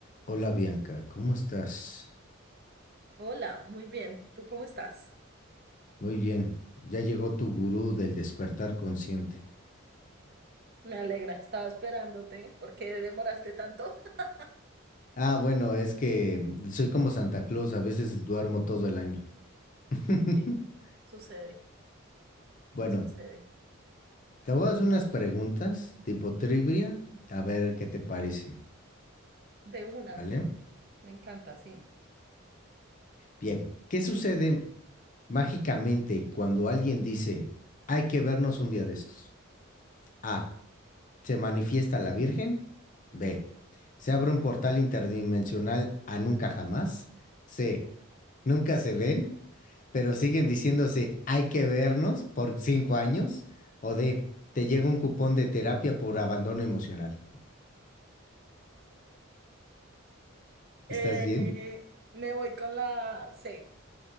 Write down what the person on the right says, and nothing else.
Hola, muy bien. ¿Tú cómo estás?
Me alegra, estaba esperándote. ¿Por qué demoraste tanto? <laughs>
Sí, sucede,
sucede.
De una,
me encanta, sí.
Eh,
me voy con la C,